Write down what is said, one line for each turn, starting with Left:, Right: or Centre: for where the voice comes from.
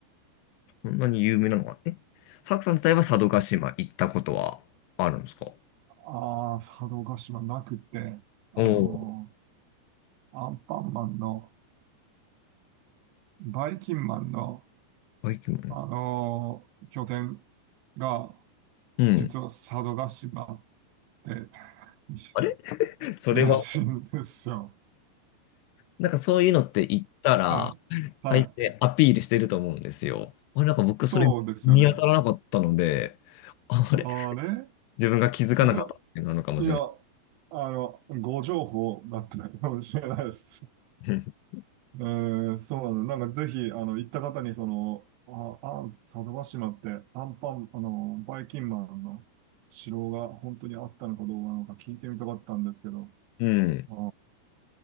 Left: そんなに有名なのは、え、サクさん自体は佐渡島行ったことはあるんですかお
Right: ああ、佐渡島なくて、あの、
Left: おー、
Right: アンパンマンの、バイキンマンの、
Left: バイキングね
Right: あのー拠点が、
Left: うん。
Right: 実は佐渡島で <laughs>
Left: あれ <laughs> それは、
Right: いらしいんですよ。
Left: なんかそういうのって言ったら、
Right: はい。
Left: 大抵アピールしてると思うんですよ。
Right: はい。
Left: あれ、なんか僕それ見当たらなかったので、
Right: そうですよね。
Left: ああれ、
Right: あれ
Left: 自分が気づかなかったっていうのなのかもしれない。
Right: じゃ、いや、あの、ご情報だったかもしれないです。
Left: <laughs>
Right: えー、そうなの。なんかぜひ、あの、行った方に、その、あ、あ、佐渡島って、アンパン、あの、バイキンマンの城が本当にあったのかどうなのか聞いてみたかったんですけど、
Left: うん。
Right: あ